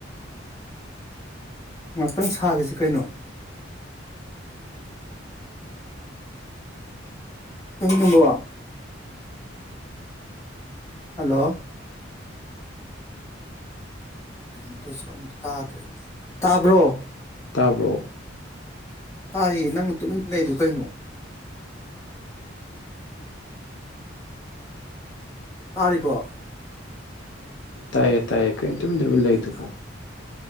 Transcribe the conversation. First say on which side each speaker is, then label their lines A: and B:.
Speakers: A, on the left; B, on the left.
A: ꯉꯍꯥꯛꯇꯪ ꯁꯥꯈꯤꯁꯤ ꯀꯩꯅꯣ ꯇꯨꯝꯕ ꯋꯥ ꯍꯜꯂꯣ ꯅꯠꯇꯁꯤ ꯑꯃꯨꯛ ꯇꯥꯗ꯭ꯔꯦ ꯇꯥꯕ꯭ꯔꯣ
B: ꯇꯥꯕ꯭ꯔꯣ
A: ꯇꯥꯏꯌꯦ ꯅꯪꯅ ꯇꯨꯃꯤꯟꯅ ꯂꯩꯛꯏꯗꯨ ꯀꯩꯅꯣ ꯇꯥꯔꯤꯕꯣ
B: ꯇꯥꯏꯌꯦ ꯇꯥꯏꯌꯦ ꯀ ꯇꯃꯤ ꯇꯦꯃꯤꯦꯟ ꯂꯥꯏ
A: ꯍꯩꯃꯥ
B: ꯇꯧꯕꯣ